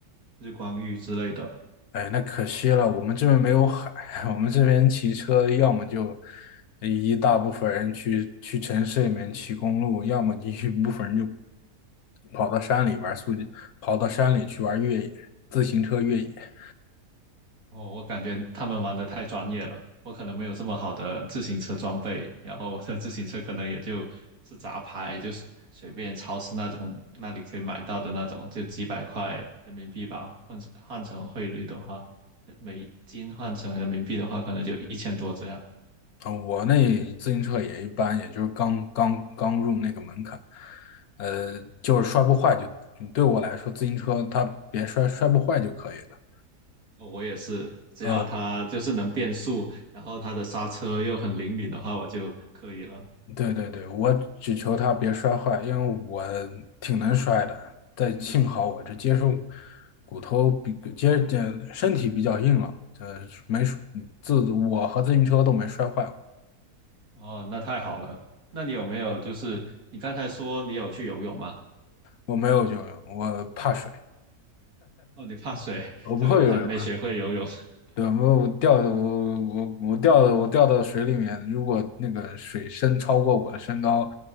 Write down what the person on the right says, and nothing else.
日光浴之类的。
哦，我感觉他们玩的太专业了，我可能没有这么好的自行车装备，然后我的自行车可能也就是杂牌，就是随便超市那种那里可以买到的那种，就几百块人民币吧，换成换成汇率的话，美金换成人民币的话，可能就一千多这样。
哦我也是，只要它就是能变速，
然后它的刹车又很灵敏的话，我就可以了。
哦，那太好了。那你有没有就是你刚才说你有去游泳吗？
哦，你怕水，
就还没学会游泳 <laughs>